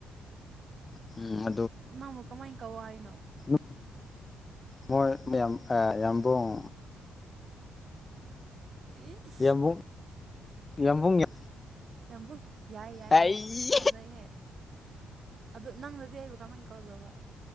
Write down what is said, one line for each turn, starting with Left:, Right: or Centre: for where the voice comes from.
Left: ꯎꯝ
Right: ꯃꯥꯡꯃꯨ ꯀꯃꯥꯏ ꯀꯧꯋꯣ ꯍꯥꯏꯅꯣ
Left: ꯅꯨꯞ ꯃꯣꯏ ꯃꯌꯥꯝ ꯑꯥ ꯌꯥꯝꯕꯨꯡ
Right: <unintelligible>
Left: ꯌꯥꯝꯕꯨꯡ ꯌꯥꯝꯕꯨꯡ ꯌꯥꯝ
Right: ꯌꯥꯝꯕꯨꯡ ꯌꯥꯏ ꯌꯥꯏ
Left: ꯑꯩ
Right: ꯌꯥꯏ ꯐꯖꯩꯍꯥꯏ ꯑꯗꯣ ꯅꯪꯅꯗꯤ ꯑꯩꯕꯨ ꯀꯔꯝꯃꯥꯏꯟ ꯀꯧꯗꯧꯕ